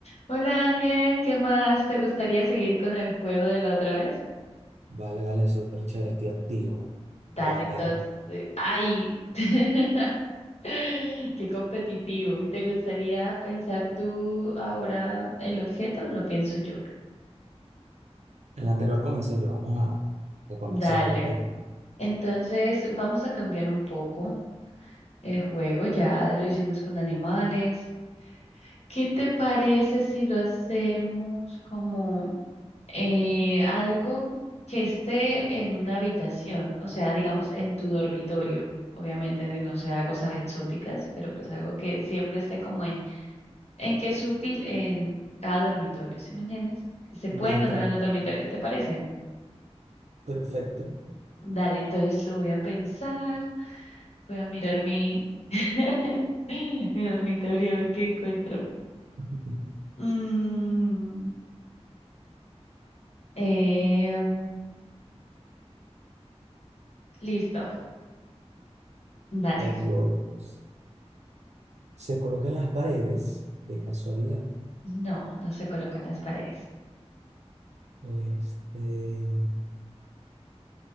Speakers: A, on the left; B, on the right.
A: Hola Ángel, ¿qué más? ¿Te gustaría seguir con el juego de la otra vez?
B: Vale, vale, súper chévere, estoy activo
A: Dale,
B: para ganar.
A: entonces. eh, ¡Ay! <laughs> ¡Qué competitivo! ¿Y ¿Te gustaría pensar tú ahora el objeto o lo pienso yo?
B: En la anterior comencé yo, vamos a comenzar
A: Dale.
B: esto. pues.
A: Entonces, vamos a cambiar un poco el juego. Ya lo hicimos con animales. ¿Qué te parece si lo hacemos como... eh, algo que esté en una habitación, o sea, digamos en tu dormitorio. Obviamente no sea cosas exóticas, pero pues algo que siempre esté como en, en que es útil en cada dormitorio, ¿sí me entiendes? Que se puede
B: Listo,
A: encontrar
B: listo,
A: en un dormitorio, ¿te parece?
B: perfecto.
A: Dale, entonces lo voy a pensar, voy a mirar mi, <laughs> mi dormitorio a ver qué encuentro.
B: <laughs>
A: Mm, em, listo, dale.
B: Allí voy, pues. Se colocan las paredes, de casualidad.
A: No, no se colocan las paredes.
B: Este,